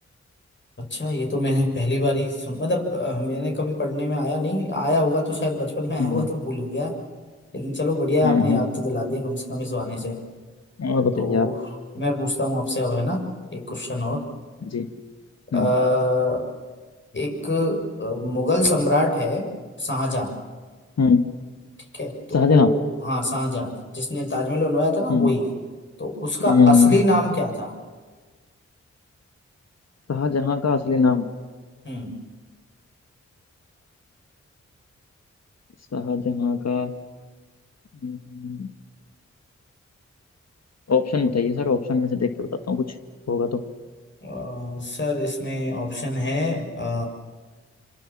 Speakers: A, on the left; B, on the left.
A: अच्छा ये तो मैंने पहली बार ही सुन मतलब अ, मैंने कभी पढ़ने में आया नहीं आया होगा तो शायद बचपन में आया
B: हम्म
A: होगा तो भूल गया लेकिन चलो बढ़िया
B: हम्म
A: है, आपने याद
B: हम्म,
A: तो दिला दिया कम से कम इस बहाने से
B: हम्म। और बताइए
A: तो
B: आप
A: मैं पूछता हूँ आपसे अब है ना एक क्वेश्चन और
B: जी
A: अ,
B: हम्म
A: एक अ, मुगल सम्राट है शाहजहां
B: हम्म
A: ठीक है तो
B: शाहजहां
A: हाँ शाहजहां जिसने ताजमहल बनवाया था ना
B: हम्म
A: वही तो उसका
B: हम्म
A: असली नाम क्या था
B: शाहजहां का असली नाम
A: हम्म
B: शाहजहां का हम्म, ऑप्शन बताइए सर ऑप्शन में से देख के बताता हूँ कुछ होगा तो
A: अ, सर इसमें ऑप्शन है आ,